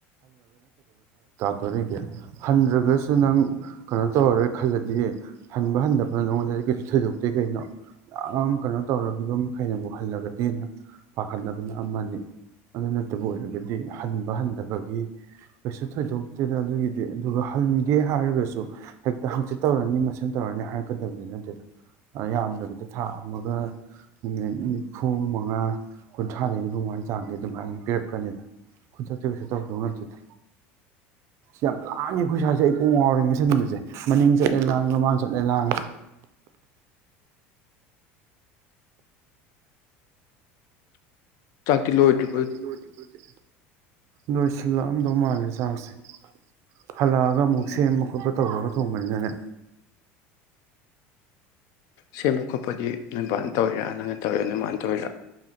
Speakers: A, on the right; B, on the left.
A: ꯑꯗꯣꯗꯤ ꯍꯟꯗ꯭ꯔꯒꯁꯨ ꯅꯪ ꯀꯩꯅꯣ ꯇꯧꯔꯔꯣꯏ ꯈꯜꯂꯗꯤ ꯍꯟꯕ ꯍꯟꯗꯕꯗ ꯅꯪꯉꯣꯟꯗꯗꯤ ꯀꯩꯁꯨ ꯊꯣꯏꯗꯣꯛꯇꯦ ꯀꯩꯅꯣ ꯌꯥꯝ ꯀꯩꯅꯣ ꯇꯧꯔꯒ ꯑꯗꯨꯝ ꯍꯩꯅꯕꯨ ꯍꯜꯂꯒꯗꯤ ꯄꯥꯈꯠꯅꯕꯅ ꯑꯃꯅꯤ ꯑꯗꯨ ꯅꯠꯇꯕ ꯑꯣꯏꯔꯒꯗꯤ ꯍꯟꯕ ꯍꯟꯗꯕꯒꯤ ꯀꯩꯁꯨ ꯊꯣꯏꯗꯣꯛꯇꯦꯗ ꯑꯗꯨꯒꯤꯗꯤ ꯑꯗꯨꯒ ꯍꯟꯒꯦ ꯍꯥꯏꯔꯒꯁꯨ ꯍꯦꯛꯇ ꯍꯪꯆꯤꯠ ꯇꯧꯔꯅꯤ ꯃꯁꯦꯝ ꯇꯧꯔꯅꯤ ꯍꯥꯏꯔꯛꯀꯗꯕꯗꯤ ꯅꯠꯇꯦꯗ ꯌꯥꯝꯗ꯭ꯔꯕꯤꯗ ꯊꯥ ꯑꯃꯒ ꯃꯤꯅꯤꯠ ꯅꯤꯐꯨ ꯃꯉꯥ ꯀꯨꯟꯊ꯭ꯔꯥꯗꯒꯤ ꯅꯤꯐꯨ ꯃꯉꯥꯥꯗꯤ ꯆꯥꯡꯗꯤ ꯑꯗꯨꯃꯥꯏꯅ ꯄꯤꯔꯛꯀꯅꯤꯗ ꯈꯨꯠꯇꯤ ꯀꯩꯁꯨ ꯇꯧꯗꯣ ꯁꯠꯇꯦꯗ ꯌꯥꯝ ꯂꯥꯡꯉꯦ ꯑꯩꯈꯣꯏ ꯁꯋꯥꯢꯁꯦ ꯑꯩ ꯀꯣꯡ ꯉꯥꯎꯔꯦ ꯉꯁꯤꯟ ꯅꯨꯃꯤꯁꯦ ꯃꯅꯤꯡ ꯆꯠꯂꯦ ꯂꯥꯡꯉꯦ ꯃꯃꯥꯡ ꯆꯠꯂꯦ ꯂꯥꯡꯉꯦ
B: ꯆꯥꯛꯇꯤ ꯂꯣꯏꯗ꯭ꯔꯤ
A: ꯆꯥꯛꯇꯤ ꯂꯣꯏꯗ꯭ꯔꯤ ꯅꯣꯏꯗꯤ ꯂꯣꯏꯁꯤꯜꯂꯛꯑꯝꯗꯧ ꯃꯥꯜꯂꯦ ꯆꯥꯛꯁꯦ ꯍꯜꯂꯛꯑꯒ ꯑꯃꯨꯛ
B: ꯎꯝ
A: ꯁꯦꯝꯕ ꯈꯣꯠꯄ ꯇꯧꯔꯒ ꯊꯣꯡꯕꯅꯤꯅ ꯅꯦ
B: ꯁꯦꯝꯕ ꯈꯣꯠꯄꯗꯤ ꯅꯣꯏꯕꯅ ꯇꯧꯔꯤꯔꯥ ꯅꯪꯅ ꯇꯧꯔꯤꯔꯥ ꯅꯣꯏꯃꯥꯅ ꯇꯧꯔꯤꯔꯥ